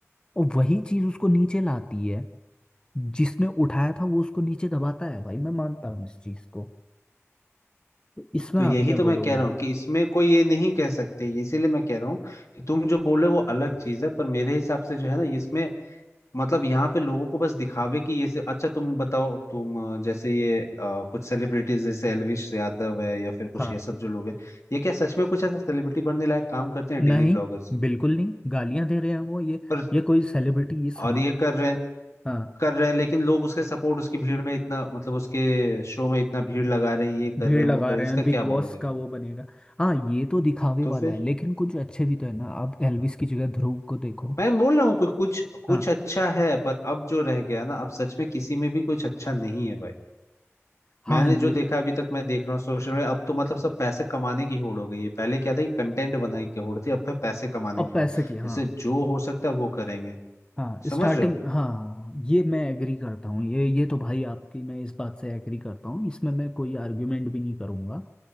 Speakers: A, on the left (about 20°); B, on the left (about 75°).
A: और वही चीज उसको नीचे लाती है जिसने उठाया था वो उसको नीचे दबाता है भाई मैं मानता हूँ इस चीज को तो इसमें
B: तो
A: आप
B: यही
A: क्या
B: तो मैं
A: बोलोगे
B: कह रहा हूँ कि इसमें कोई ये नहीं कह सकते इसीलिए मैं कह रहा हूँ कि तुम जो बोले वो अलग चीज है पर मेरे हिसाब से जो है ना इसमें मतलब यहाँ पे लोगों को बस दिखावे कि ये से अच्छा तुम बताओ तुम अ, जैसे ये अ, कुछ सेलिब्रिटीज जैसे एलविश यादव है या फिर कुछ
A: हाँ
B: ये सब जो लोग हैं ये क्या सच में कुछ ऐसा सेलिब्रिटी बनने लायक काम करते हैं डेली
A: नहीं
B: ब्लॉगर्स
A: बिल्कुल नहीं गालियां दे रहे हैं वो ये
B: पर
A: ये कोई सेलिब्रिटी ये समा
B: और ये कर रहे हैं
A: हाँ
B: कर रहे हैं लेकिन लोग उसके सपोर्ट उसकी भीड़ में इतना मतलब उसके शो में इतना भीड़ लगा रहे हैं ये कर
A: भीड़
B: रहे हैं
A: लगा
B: वो कर रहे
A: रहे
B: हैं इसका
A: हैं बिग
B: क्या बोलोगे
A: बॉस
B: तुम
A: का वो बनेगा हाँ ये तो दिखावे
B: तो
A: वाला
B: फिर
A: है लेकिन कुछ अच्छे भी तो है ना आप एल्विस की जगह ध्रुव को देखो
B: मैं बोल रहा हूँ कोई कुछ कुछ
A: हाँ
B: अच्छा है पर अब जो रह गया ना अब सच में किसी में भी कुछ अच्छा नहीं है भाई
A: हाँ
B: मैंने
A: ये
B: जो देखा अभी तक मैं देख रहा हूँ सोशल मीडिया अब तो मतलब सब पैसे कमाने की होड़ हो गई है पहले क्या था कि कंटेंट बनाने की होड़ थी अब फिर पैसे कमाने
A: अब
B: की
A: पैसे
B: होड़
A: की
B: इससे
A: हाँ
B: जो हो सकता है वो करेंगे
A: हाँ
B: समझ
A: स्टार्टिंग
B: रहे हो
A: हाँ हाँ, ये मैं एग्री करता हूँ ये ये तो भाई आपकी मैं इस बात से एग्री करता हूँ इसमें मैं कोई आर्ग्यूमेंट भी नहीं करूँगा